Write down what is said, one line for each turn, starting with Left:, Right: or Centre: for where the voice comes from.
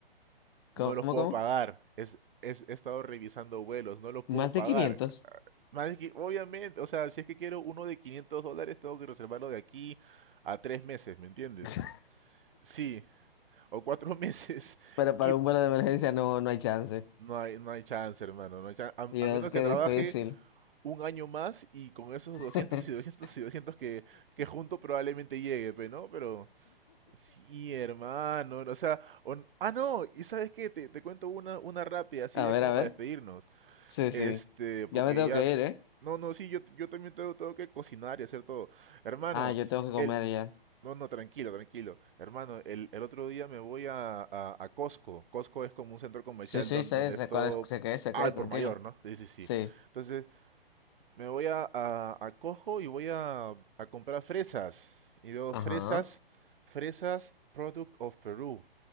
Left: <laughs>
Right: No los
Left: ¿Cómo,
Right: puedo
Left: cómo?
Right: pagar. Es, es- he estado revisando vuelos, no los puedo
Left: Más
Right: pagar.
Left: de quinientos,
Right: Más es que, obviamente, o sea, si es que quiero uno de 500 dólares, tengo que reservarlo de aquí a tres meses, ¿me entiendes?
Left: <laughs>
Right: Sí, o cuatro <laughs> meses
Left: Pero para
Right: y p-
Left: un vuelo de emergencia no, no hay chance.
Right: no hay, no hay chance, hermano. No hay chan- a,
Left: Dios,
Right: a menos que
Left: qué
Right: trabaje
Left: difícil.
Right: un año más y con esos 200
Left: <laughs>
Right: y 200 y 200 que, que junto probablemente llegue, pe, ¿no? Pero sí, hermano. O sea, o n- ah, no, y sabes qué, te, te cuento una, una rápida, así
Left: A
Right: ya
Left: ver,
Right: como
Left: a ver.
Right: para despedirnos.
Left: Sí, sí.
Right: Este, porque
Left: Ya me tengo
Right: ya...
Left: que ir, ¿eh?
Right: No, no, sí, yo, yo también tengo, tengo que cocinar y hacer todo. Hermano,
Left: Ah, yo tengo que comer
Right: el...
Left: ya.
Right: No, no, tranquilo, tranquilo. Hermano, el, el otro día me voy a, a, a Costco. Costco es como un centro comercial
Left: Sí, sí,
Right: don-
Left: sé,
Right: donde
Left: sé
Right: esto...
Left: cuál es, sé qué es, sé
Right: al
Left: qué es, tranquilo.
Right: por mayor, ¿no? Sí, sí, sí.
Left: Sí.
Right: Entonces, me voy a, a, a Costco y voy a, a comprar fresas. Y veo
Left: Ajá.
Right: fresas, fresas, product of Peru.